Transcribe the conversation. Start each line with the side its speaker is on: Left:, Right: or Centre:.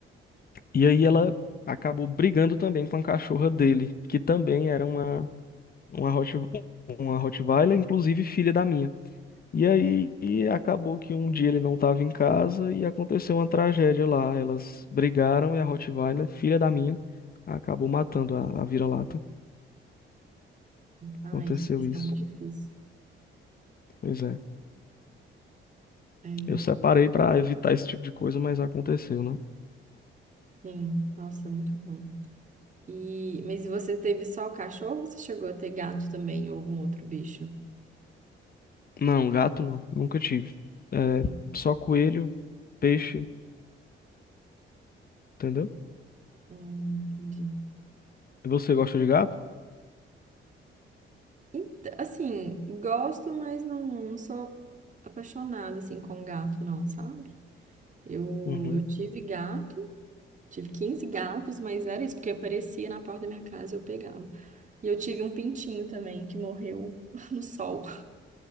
Left: E aí ela acabou brigando também com a cachorra dele, que também era uma. uma Hot, uma Rottweiler, inclusive filha da minha. E aí e acabou que um dia ele não estava em casa e aconteceu uma tragédia lá. Elas brigaram e a Rottweiler, filha da minha, acabou matando a, a vira-lata.
Right: Ai,
Left: Aconteceu
Right: isso
Left: isso.
Right: é muito difícil.
Left: Pois é.
Right: É,
Left: Eu separei para evitar esse tipo de coisa, mas aconteceu, né?
Right: sim, nossa, muito ruim. E, mas e você teve só o cachorro ou você chegou a ter gato também, ou algum outro bicho?
Left: Não, gato não. Nunca tive. É,
Right: Não,
Left: só coelho, peixe, entendeu?
Right: não entendi.
Left: Você gosta de gato?
Right: Ent- Assim, gosto, mas não, não sou apaixonada assim com gato, não, sabe? Eu,
Left: Uhum.
Right: eu tive gato, tive 15 gatos, mas era isso, porque aparecia na porta da minha casa e eu pegava. E eu tive um pintinho também que morreu <laughs> no sol,